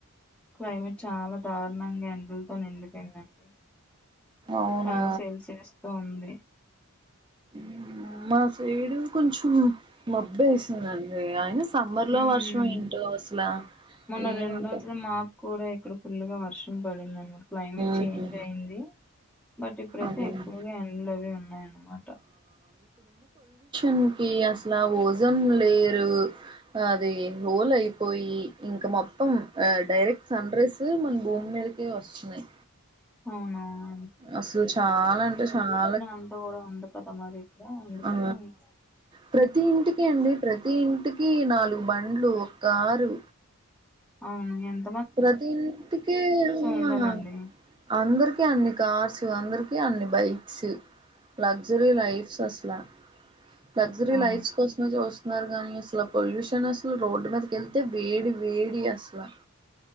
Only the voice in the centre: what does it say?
క్లైమేట్ చాలా దారుణంగా ఎండల్తో నిండిపోయిందండి
చాలా సెల్సియస్ తో ఉంది
హ్మ్.
మొన్న
రెండు
రోజులు మాకూడా ఇక్కడ ఫుల్ గా వర్షం పడిందం క్లైమేట్
చేంజ్ అయింది బట్ ఇప్పుడైతే
ఎక్కువగా ఎండ్లోవి ఉన్నాయన్నమాట
అవునవు
అంతా కూడా ఉంది కదా మరి ఇక్కడ అందుకని
అవును ఎన్
ఉండాలండి
అవును